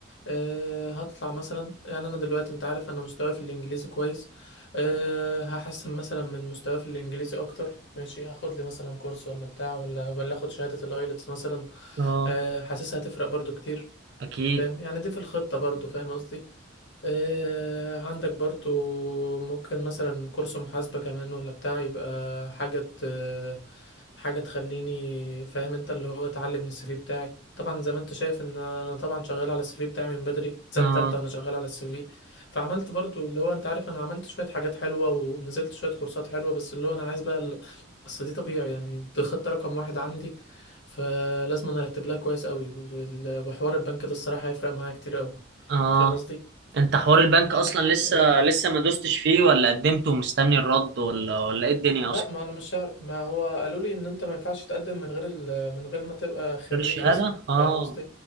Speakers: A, on the left; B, on the right.
A: آه، هطلع مثلا يعني انا دلوقتي انت عارف انا مستواي في الانجليزي كويس أه هحسن مثلا من مستواي في الانجليزي اكتر ماشي هاخد لي مثلا كورس ولا بتاع ولا ولا اخد شهاده الايلتس مثلا
B: اه
A: أه حاسسها هتفرق برضو كتير
B: اكيد
A: فاهم يعني دي في الخطه برضو فاهم قصدي آه، عندك برضو ممكن مثلا كورس محاسبة كمان ولا بتاع يبقى حاجة ت- حاجة تخليني فاهم انت اللي هو اتعلم من السي في بتاعي طبعا زي ما انت شايف ان انا طبعا شغال على السي في بتاعي من بدري من سنة
B: اه
A: تالتة وانا شغال على السي في فعملت برضو اللي هو انت عارف انا عملت شوية حاجات حلوة ونزلت شوية كورسات حلوة بس اللي هو انا عايز بقى ال- اصل دي طبيعي يعني دي خطة رقم واحد عندي فلازم انا ارتب لها كويس قوي وال- وحوار البنك ده الصراحة هيفرق معايا كتير قوي
B: اه
A: فاهم قصدي؟
B: انت حوار البنك اصلا لسه
A: إيه،
B: لسه ما دوستش فيه ولا قدمت ومستني الرد ولا ولا ايه الدنيا
A: لا
B: اصلا
A: ما انا مش عارف ما هو قالوا لي ان انت ما ينفعش تقدم من غير ال... من غير ما تبقى خريج
B: غير الشهادة
A: رسمي
B: اه
A: فاهم قصدي